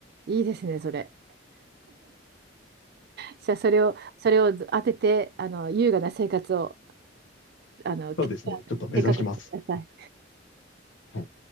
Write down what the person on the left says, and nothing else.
そうですね。ちょっと目指します。
はい